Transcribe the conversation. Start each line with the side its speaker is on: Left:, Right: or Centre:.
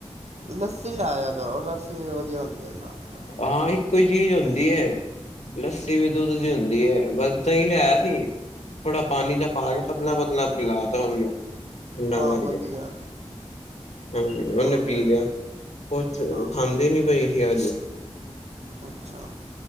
Right: ਲੱਸੀ ਲਾਇਆ ਕਰੋ, ਲੱਸੀ ਵਧੀਆ ਹੁੰਦੀ ਇਨਾਂ ਵਾਸਤੇ
Left: ਹਾਂ ਇੱਕੋ ਹੀ ਚੀਜ਼ ਹੁੰਦੀ ਹੈ ਲੱਸੀ ਵੀ ਦੁੱਧ ਦੀ ਹੁੰਦੀ ਹੈ, ਬ ਦਹੀ ਲਿਆਇਆ ਸੀ, ਥੋੜਾ ਪਾਣੀ ਜਾ ਪਾ ਕੇ ਪਤਲਾ ਪਤਲਾ ਪਿਲਾ ਤਾ ਉਹਨੂੰ, ਠੰਡਾ
Right: ਹਾਂ
Left: ਕਰਕੇ
Right: ਵਧੀਆ
Left: ਹਾਂ ਉਹਨੇ
Right: ਉਹ
Left: ਪੀ
Right: ਤੇ ਹੈ।
Left: ਲਿਆ, ਕੁਛ
Right: ਹਾਂ
Left: ਖਾਂਦੇ ਨੀ ਪਈ ਸੀ ਅੱਜ
Right: ਅੱਛਾ,